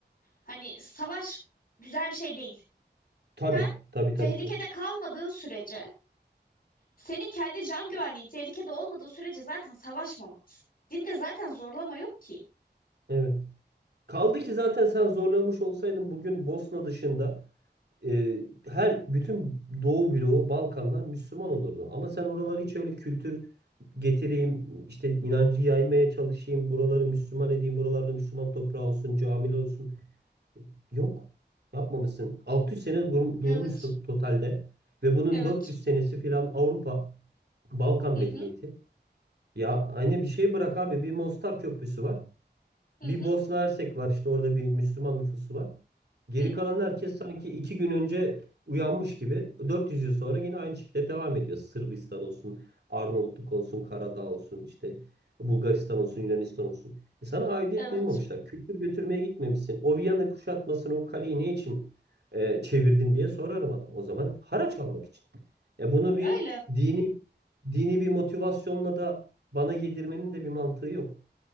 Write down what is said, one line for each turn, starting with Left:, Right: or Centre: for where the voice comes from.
Left: Hani savaş güzel bir şey değil.
Right: tabii,
Left: Sen
Right: tabii,
Left: tehlikede
Right: tabii, tabii.
Left: kalmadığın sürece, senin kendi can güvenliğin tehlikede olmadığı sürece zaten savaşmamalısın. Dinde zaten zorlama yok ki.
Right: Evet. Kaldı ki zaten sen zorlamış olsaydın bugün Bosna dışında e, her bütün Doğu bloğu, Balkanlar Müslüman olurdu. Ama sen oraları hiç öyle kültür getireyim, işte inancı yaymaya çalışayım, buraları Müslüman edeyim, buralarda Müslüman toprağı olsun, camiler olsun. Yok. Yapmamışsın. 600 sene dur-
Left: Evet.
Right: durmuşsun totalde ve bunun
Left: Evet.
Right: 400 senesi filan Avrupa, Balkan
Left: Hı
Right: medeniyeti.
Left: hı.
Right: Ya aynı bir şey bırak abi. Bir Mostar Köprüsü var.
Left: Hı
Right: Bir
Left: hı.
Right: Bosna Hersek var işte orada bir Müslüman nüfusu var. Geri
Left: Hı hı.
Right: kalan herkes sanki iki gün önce uyanmış gibi 400 yıl sonra yine aynı şekilde devam ediyor. Sırbistan olsun, Arnavutluk olsun, Karadağ olsun, işte Bulgaristan olsun, Yunanistan olsun. E sana aidiyet
Left: Evet.
Right: duymamışlar. Kültür götürmeye gitmemişsin. O Viyana kuşatmasını, o kaleyi ne için e, çevirdin diye sorarım adam. O zaman haraç almak için. E bunu
Left: Öyle.
Right: bir dini dini bir motivasyonla da bana yedirmenin de bir mantığı yok.